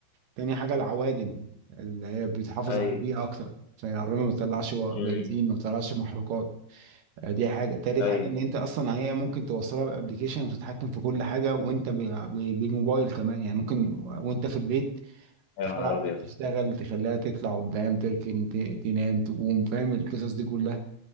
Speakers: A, on the right; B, on the left.
A: تاني حاجه العوادم اللي هي بتحافظ
B: ايوه
A: على البيئه اكتر فالعربيه ما بتطلعش و-
B: امم
A: بنزين ما بتطلعش محروقات يعني دي حاجة تالت
B: ايوه
A: حاجة ان انت اصلا هي ممكن توصلها بابليكيشن وتتحكم في كل حاجة وانت ب- ب- بالموبايل كمان يعني ممكن و- وانت في البيت
B: يا
A: تخليها
B: نهار ابيض
A: عمال تشتغل تخليها تطلع قدام تركن ت- تنام تقوم فاهم القصص دي كلها